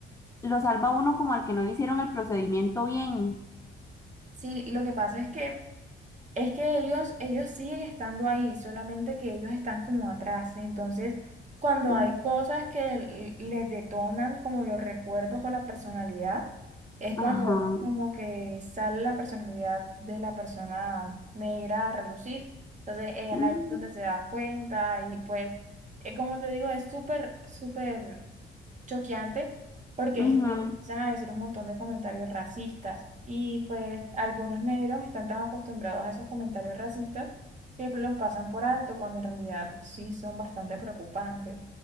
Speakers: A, on the left; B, on the right.
A: lo salva a uno como al que no le hicieron el procedimiento bien.
B: Sí, lo que pasa es que Es que ellos, ellos siguen estando ahí, solamente que ellos están como atrás. Entonces, cuando
A: Mm,
B: hay cosas que l- les detonan como los recuerdos o la personalidad, es
A: Ajá.
B: cuando como que sale la personalidad de la persona negra a relucir. Entonces, ella
A: Mm,
B: ahí es donde se da cuenta y pues, eh, como te digo, es súper, súper choqueante porque
A: ujú,
B: es que ellos empiezan a decir un montón de comentarios racistas y pues algunos negros están tan acostumbrados a esos comentarios racistas que los pasan por alto cuando en realidad sí son bastante preocupantes.